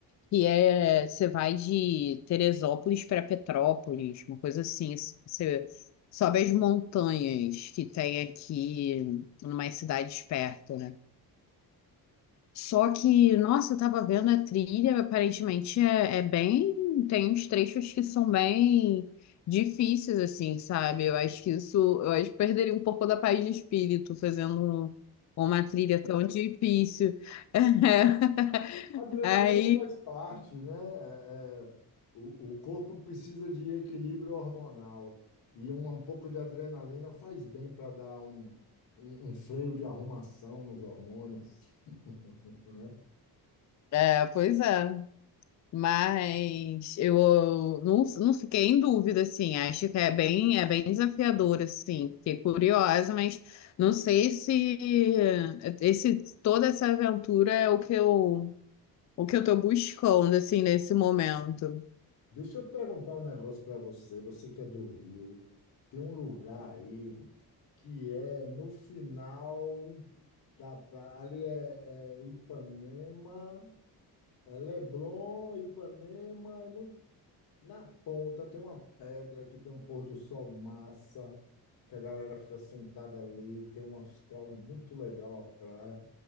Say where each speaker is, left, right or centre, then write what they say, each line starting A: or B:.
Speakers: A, on the left; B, on the left.
A: que é, você vai de Teresópolis para Petrópolis, uma coisa assim, assim, você sobe as montanhas que tem aqui, em umas cidades perto, né? Só que, nossa, eu tava vendo a trilha, aparentemente é, é bem. Tem uns trechos que são bem difíceis, assim, sabe? Eu acho que isso. Eu acho que perderia um pouco da paz de espírito fazendo uma trilha tão difícil. <laughs>
B: A adrenalina
A: Aí,
B: faz parte, né? É, é, o, o corpo precisa de equilíbrio hormonal e um, um pouco de adrenalina faz bem para dar um, um, um freio de arrumação nos hormônios, <laughs> né?
A: é, pois é. Mas eu não, não fiquei em dúvida, assim. Acho que é bem, é bem desafiador, assim. Fiquei curiosa, mas não sei se esse, toda essa aventura é o que eu, o que eu tô buscando, assim, nesse momento.
B: Deixa eu perguntar um negócio para você. Você que é do Rio, tem um lugar aí que é no final da praia. Ali é, é Ipanema, é Leblon, Ipanema, e no, na ponta tem uma pedra que tem um pôr do sol massa, que a galera fica sentada ali, tem um astral muito legal a praia.